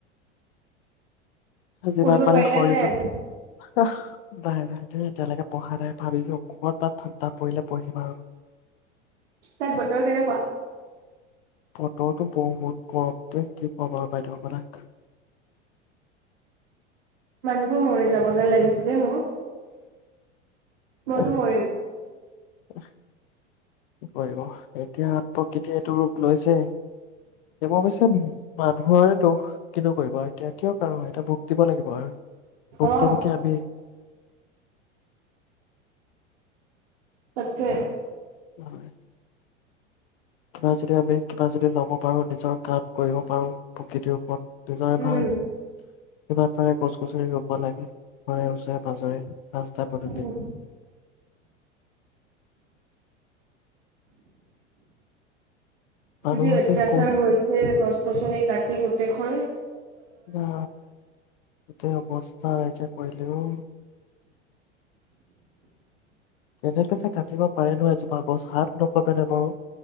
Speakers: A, on the left; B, on the right.
A: যিমান
B: পঢ়িব
A: পালে
B: পাৰিলা
A: শৰীৰটোত
B: নাই আজি
A: আহ বাৰ বাৰ তই এতিয়ালৈকে পঢ়া নাই ভাবিলো কত বা ঠাণ্ডা পৰিলে পঢ়িম আৰু
B: তাত বতৰ কেনেকুৱা
A: বতৰটো বহুত গৰম দে কি কবা আৰু বাইদেউ পৰাগ
B: মানুহবোৰ মৰি যাব যেন লাগিছে দেই মোৰ মইতো
A: এহ
B: মৰিম।
A: কি কৰিব এতিয়া প্ৰকৃতিয়ে এইটো ৰূপ লৈছে এই অৱশ্যে মানুহৰে দুখ কিনো কৰিব এতিয়া কিয় আৰু এতিয়া দিব লাগিব আৰু ভুক্তভোগী
B: অ
A: আমিয়ে।
B: তাকে।
A: হয় <inaudible> আচম <unintelligible> কিবা যদি ল'ব পাৰো নিজৰ কাম কৰিব পাৰো প্ৰকৃতিও পদ নিজৰে
B: উম
A: ভাল যিমান পাৰে গছ গছৰি ৰুব লাগে ঘৰে ওচৰে পাজৰে ৰাস্তা পদূলি
B: উম
A: মানুহ
B: যি অত্যাচাৰ
A: যে কোন
B: হৈছে গছ গছনি কাটি তেখন
A: এতিয়া গোটেই অৱস্থা আহতিয়া কৰিলেও কেনেকে যে কাটিব পাৰে নো এজোপা গছ হাত নকঁপে নে বাৰু